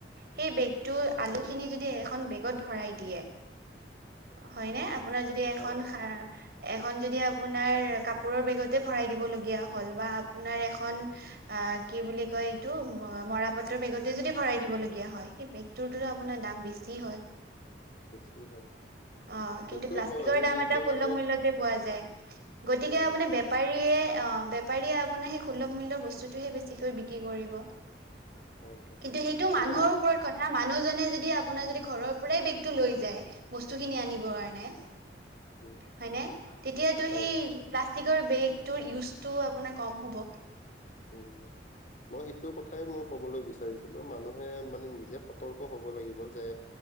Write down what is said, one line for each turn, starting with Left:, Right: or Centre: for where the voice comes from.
Right: সেই বেগতো আলুখিনি যদি এখন বেগত- ভৰাই দিয়ে। হয়নে? আপোনাৰ যদি এখন-
Left: হয় হয়
Right: এখন যদি আপোনাৰ কাপোৰৰ বেগতে ভৰাই দিবলগীয়া হ'ল, বা আপোনাৰ এখন অ' কি বুলি কয় এইটো মৰা পাটৰ বেগতে যদি ভৰাই দিব লগীয়া হয়। সেই বেগ তোৰটো আপোনাৰ দাম বেছি হয়?
Left: বেছি হয়।
Right: অ',
Left: সেইটো
Right: কিন্তু প্লাষ্টিকৰ
Left: হয়
Right: বেগ
Left: কিন্তু
Right: এটা সূলভ
Left: মানে
Right: মূল্যতে পোৱা যায়। গতিকে
Left: পোৱা
Right: আপোনাৰ
Left: যায়
Right: পাৰীয়ে অ' বেপাৰীয়ে আপোনাৰ সেই সুলভ মূল্যৰ বস্তুটোহে বেছি বিক্ৰী কৰিব।
Left: হয় হয়
Right: কিন্তু সেইটো
Left: কিন্তু
Right: মানুহৰ ওপৰত কথা, মানুহজনে যদি আপোনাৰ যদি ঘৰৰ পৰাই বেগটো লৈ যায় বস্তু খিনি আনিব কাৰণে
Left: উম
Right: হয়নে? তেতিয়াটো
Left: হয়
Right: সেই প্লাষ্টিকৰ বেগটোৰ ইউজটো আপোনাৰ কম হ'ব।
Left: অ'। মই সেইটো কথাই মই কবলৈ বিচাৰিছিলো, মানুহে মানে নিজে সতৰ্ক হব লাগিব। যে